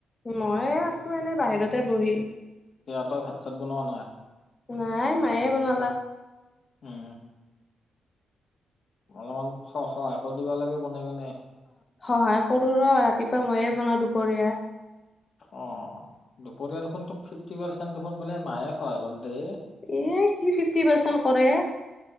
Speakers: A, on the left; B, on the left.
A: মই আছো এনে বাহিৰতে বহি
B: সেয়া তই ভাত চাত বনোৱা নাই
A: নাই মায়ে বনালাক
B: উম অলপমান সহায় কৰি দিবা লাগে বনাই কেনে
A: সহায় কৰো ৰ ৰাতিপুৱা ময়ে বনাওঁ দুপৰীয়া
B: অ দুপৰীয়া দেখোন তো ফিফটি পাৰ্চেণ্ট দেখোন বোলে মায়ে হয় গ দেই
A: এ কি ফিফটি পাৰ্চেণ্ট কৰে